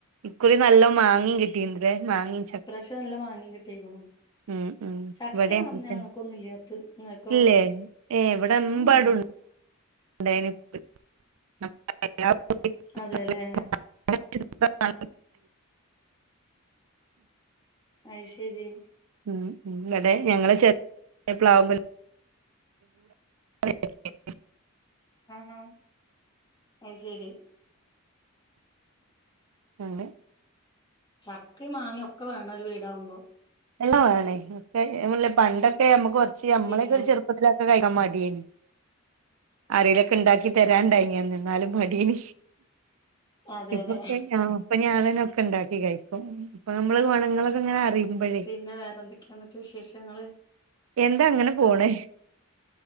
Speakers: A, on the right; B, on the left.
A: ഇക്കുറി നല്ലം മാങ്ങി കിട്ടീണ്ട്ല്ലേ മാങ്ങി
B: ഇപ്രാവ്ശ്യം നല്ലം മാങ്ങി കിട്ടിക്കുണു
A: ഉം ഉം
B: ചക്കേ
A: ഇവിടെ
B: നൽ
A: അങ്ങനെ
B: ഞങ്ങക്കൊന്നുല്ലാത്തത്
A: തന്നെ
B: ഇങ്ങക്കോ?
A: ഇല്ലേ ഏഹ് ഇവിടെ
B: ഉംഉം
A: <unintelligible>
B: അതെല്ലേ
A: <unintelligible>
B: അയ് ശരി
A: ഉം ഉം വടെ ഞങ്ങളെ ചെർ <unintelligible> പ്ലാവുമ്മൽ <unintelligible>
B: ആഹ് ആഹ് അയ് ശരി
A: ഉണ്ട്
B: ചക്കിം മാങ്ങി ഒക്കെ വാണൊരു വീടാവുമ്പോ
A: എല്ലാം വാണെയ് ഒക്കെ ഞാൻ പർഞ്ഞീലേ പണ്ടൊക്കെ നമ്മുക്ക് കൊർച്ച് നമ്മളെക്കൊരു
B: പിന്നെ
A: ചെർപ്പത്തിലൊക്കെ അതൊക്കെ കഴിക്കാൻ മടിയേനി ആരോലെക്കെ ഇണ്ടാക്കി തരാൻ ഇണ്ടായിനി അന്ന് എന്നാലും മടിയേനി
B: അതെ
A: <unintelligible> ഇപ്പൊ
B: അതെ
A: ഞാനെന്നെ ഒക്കെണ്ടാക്കി കഴിക്കും ഇപ്പൊ നമ്മള് ഗൊണങ്ങളൊക്കെങ്ങനെ അറിയുമ്പഴേ
B: പിന്നെ വേറെന്തൊക്കെയാന്നട്ട് വിശേഷങ്ങള്
A: എന്താ അങ്ങനെ പോണ്